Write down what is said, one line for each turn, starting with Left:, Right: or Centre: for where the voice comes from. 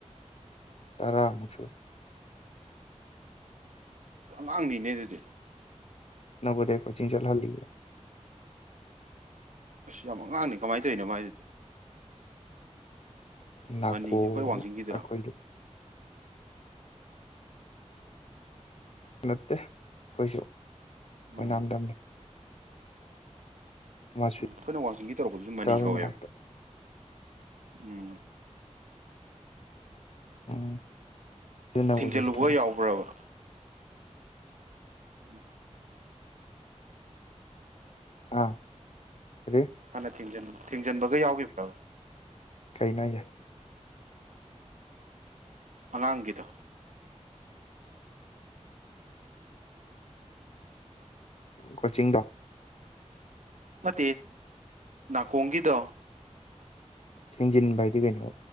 Left: ꯇꯔꯥ ꯃꯨꯆꯨꯔ
Right: ꯑꯉꯥꯡꯅꯤꯅꯦ ꯑꯗꯨꯗꯤ
Left: ꯅꯒꯣꯗꯌꯥ ꯀꯣꯆꯤꯡ ꯆꯜꯍꯥꯜꯂꯤꯦ
Right: ꯑꯁ ꯌꯥꯝ ꯑꯉꯥꯡꯅꯤ ꯀꯃꯥꯏꯅ ꯇꯧꯔꯤꯅꯣ ꯃꯥꯏꯗꯨꯗꯤ
Left: ꯅꯅꯥꯀ
Right: ꯃꯅꯤꯁꯦ ꯑꯩꯈꯣꯏ ꯋꯥꯡꯖꯤꯡꯒꯤꯗꯨꯔꯥ
Left: ꯑꯩꯈꯣꯏ ꯅꯠꯇꯦ ꯑꯩꯈꯣꯏꯁꯨ
Right: ꯎꯝ
Left: ꯑꯣꯏꯅꯥꯝ ꯇꯝꯅꯤ ꯃꯥꯁꯨꯇꯥ
Right: ꯎꯝ ꯑꯩꯈꯣꯏꯅ ꯋꯥꯡꯖꯤꯡꯒꯤ ꯇꯧꯔꯛꯄꯗꯨꯁꯨ ꯃꯅꯤ
Left: ꯍꯣꯏ
Right: ꯍꯧꯧꯋꯦꯕ
Left: ꯃꯅꯥꯛꯇ
Right: ꯎꯝ
Left: ꯎꯝ ꯁꯤ ꯅꯕꯣꯗꯤꯌꯥ
Right: ꯊꯤꯡꯖꯤꯜꯂꯨꯕ
Left: ꯁꯥꯇ꯭ꯔꯅꯤ
Right: ꯌꯥꯎꯕ꯭ꯔꯕ ꯎ
Left: ꯑꯥ ꯀꯔꯤ
Right: ꯍꯥꯟꯅ ꯊꯟ ꯊꯤꯡꯖꯤꯟꯕꯒ ꯌꯥꯎꯈꯤꯕ꯭ꯔ
Left: ꯀꯩꯅꯣ ꯌꯥꯏ
Right: ꯑꯉꯥꯡꯒꯤꯗ
Left: ꯀꯣꯆꯤꯡꯗ
Right: ꯅꯠꯇꯦ ꯅꯥꯀꯣꯡꯒꯤꯗ
Left: ꯊꯦꯡꯖꯤꯟꯕ ꯍꯥꯏꯗꯤ ꯀꯩꯅꯣ